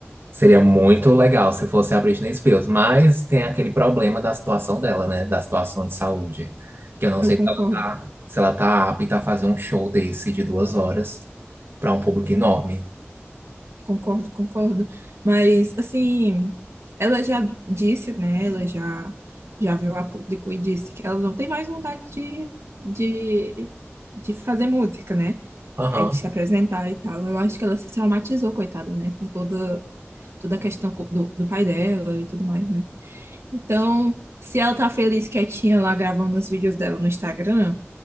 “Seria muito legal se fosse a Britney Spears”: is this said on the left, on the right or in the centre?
Right